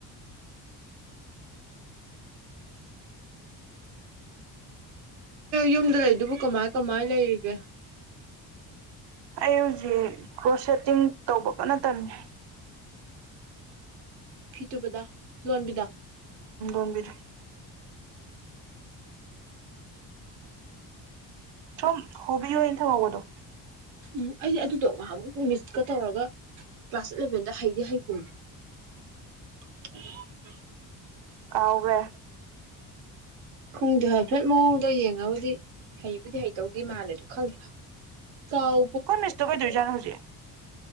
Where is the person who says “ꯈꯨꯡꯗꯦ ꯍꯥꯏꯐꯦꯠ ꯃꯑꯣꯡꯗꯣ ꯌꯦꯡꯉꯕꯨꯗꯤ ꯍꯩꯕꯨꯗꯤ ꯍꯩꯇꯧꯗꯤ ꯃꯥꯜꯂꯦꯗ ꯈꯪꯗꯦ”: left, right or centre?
Right